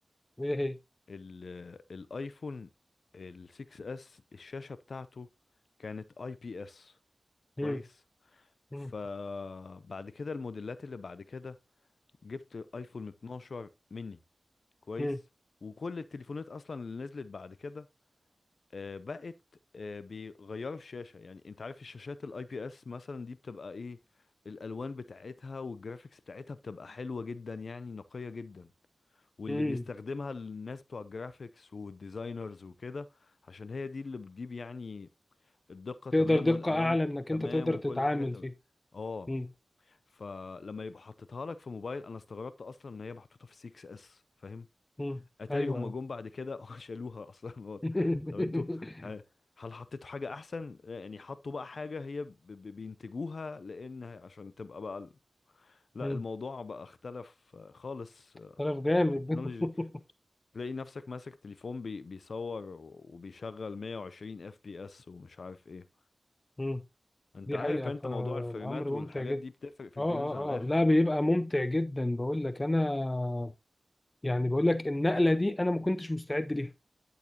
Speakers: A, on the left (about 40°); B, on the left (about 80°).
A: وهي هي
B: ال- الايفون ال 6 اس الشاشة بتاعته كانت اي بي اس كويس
A: مم. مم.
B: فبعد كده الموديلات اللي بعد كده جبت ايفون 12 مني كويس
A: مم.
B: وكل التليفونات اصلا اللي نزلت بعد كده آه، بقت آه، بيغيروا الشاشة يعني انت عارف الشاشات الاي بي اس مثلا دي بتبقى ايه الالوان بتاعتها والجرافيكس بتاعتها بتبقى حلوة جدا يعني نقية جدا واللي
A: مم.
B: بيستخدمها الناس بتوع الجرافيكس والديزاينرز وكده عشان هي دي اللي بتجيب يعني الدقة
A: تقدر
B: تمام
A: دقة
B: والألوان
A: اعلى
B: ك-
A: انك
B: تمام
A: انت تقدر
B: وكل
A: تتعامل
B: حاجة تمام
A: فيه
B: اه
A: مم.
B: فلما يبقى حطيتها لك في موبايل انا استغربت اصلا ان هي محطوطة في 6 اس فاهم
A: مم.
B: اتاري
A: ايوه
B: هم جم بعد كده <laughs> شالوها اصلا واضح.
A: <laughs>
B: طب انتوا ه- هل حطيتوا حاجة احسن يعني حطوا بقى حاجة هي ب- ب- بينتجوها لان عشان تبقى بقى ال- لا
A: مم.
B: الموضوع بقى اختلف خالص
A: طرف جامد
B: التكنولوجي
A: <laughs>
B: تلاقي نفسك ماسك تليفون بي بيصور وبيشغل 120 اف بي اس ومش عارف ايه
A: مم.
B: انت
A: دي
B: عارف
A: حقيقة
B: انت
A: فالامر
B: موضوع الفريمات
A: ممتع
B: والحاجات
A: جدا
B: دي بتفرق في الجيمز
A: اه
B: على
A: اه
B: الاخر
A: اه لا بيبقى ممتع جدا بقول لك انا يعني بقول لك النقلة دي انا ما كنتش مستعد ليها